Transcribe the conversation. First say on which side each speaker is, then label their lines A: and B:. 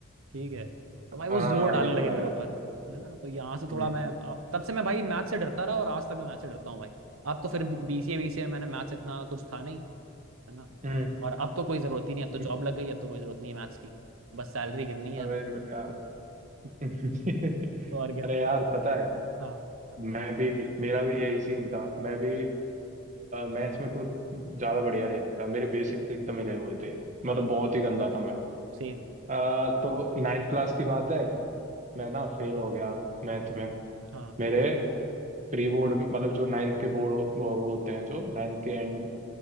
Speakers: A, on the right; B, on the right.
A: ठीक है तो भाई वो
B: हाँ
A: जोर डालने
B: ये
A: लगे
B: तो है
A: मेरे ऊपर है ना तो यहाँ से थोड़ा
B: हम्म
A: मैं आ, तब से मैं भाई मैथ से डरता रहा और आज तक मैं मैथ से डरता हूँ भाई अब तो फिर बीसीए बीसीए में मैंने मैथ्स इतना कुछ था नहीं है ना
B: हम्म
A: और अब तो कोई जरूरत ही नहीं अब तो जॉब
B: हम्म,
A: लग गई अब तो कोई जरूरत नहीं है मैथ्स की बस सैलरी गिरनी है
B: अरे
A: अब
B: यार
A: <laughs>
B: <laughs>
A: और क्या
B: अरे यार पता है
A: हाँ
B: मैं भी मेरा भी यही सीन था मैं भी मैथ्स में कुछ ज्यादा बढ़िया नहीं था मेरे बेसिक्स एकदम हिले हुए थे
A: हाँ
B: मतलब बहुत ही गंदा था मैं
A: सेम
B: अ, तो नाइन्थ क्लास की बात है मैं ना फेल हो गया मैथ में
A: हाँ
B: मेरे प्री बोर्ड में मतलब जो नाइन्थ के बोर्ड वो वो होते हैं जो नाइन्थ के एंड